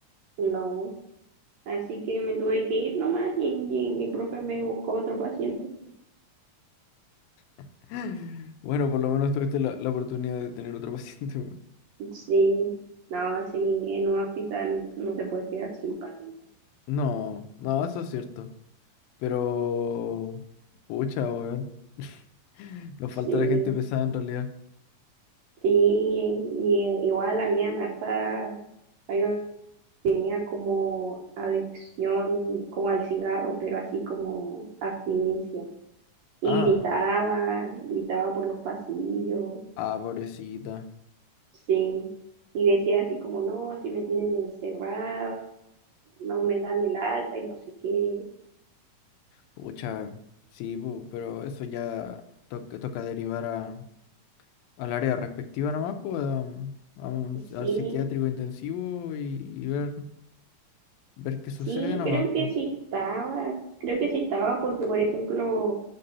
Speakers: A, on the right (about 65°); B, on the left (about 85°).
A: no. Así que me tuve que ir nomás y, y mi profe me buscó otro paciente.
B: <laughs> Bueno, por lo menos tuviste la, la oportunidad de tener otro <laughs> paciente, weón.
A: Sí, no, sí, en un hospital no te puedes quedar sin pacientes.
B: No, no, eso es cierto. Pero... Pucha, weón. <laughs> Nos falta
A: Sí,
B: la gente pesada en realidad.
A: sí, y igual habían harta, había como adicción, como al cigarro, pero así como abstinencia. Y
B: Ah,
A: gritaba, gritaba por los pasillos,
B: ah, pobrecita.
A: sí, y decía así como, no, así me tienen encerrado, no me dan el alta y no sé qué.
B: Pucha, sí, pu, pero eso ya to- toca derivar a, al área respectiva nomás, pues, a- a un- al
A: Sí,
B: psiquiátrico intensivo y, y ver. Ver qué sucede
A: sí,
B: nomás,
A: creo que
B: pues.
A: sí estaba, creo que sí estaba porque, por ejemplo,